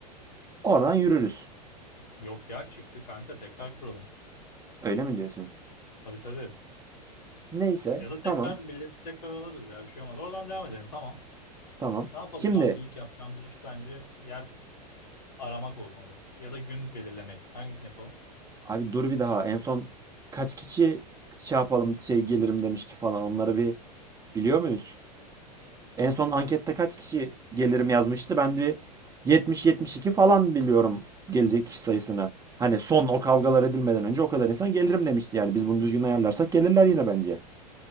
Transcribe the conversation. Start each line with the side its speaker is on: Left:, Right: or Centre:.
Right: Oradan yürürüz.
Left: Yok ya çıktı kanka tekrar kuralım.
Right: Öyle mi diyorsun?
Left: Tabii tabii.
Right: Neyse
Left: Ya da tekrar
Right: tamam
Left: milleti tekrar alırız ya bir şey olmaz. Oradan devam edelim tamam.
Right: tamam.
Left: Ne yapalım
Right: Şimdi
Left: abi İlk yapacağımız iş bence yer aramak olmalı. Ya da gün belirlemek. Hangisini yapalım?
Right: abi dur bir daha en son kaç kişi şey yapalım şey gelirim demişti falan onları bir biliyor muyuz? En son ankette kaç kişi gelirim yazmıştı? Ben de 70-72 falan biliyorum gelecek kişi sayısını. Hani son o kavgalar edilmeden önce o kadar insan gelirim demişti yani biz bunu düzgün ayarlarsak gelirler yine bence.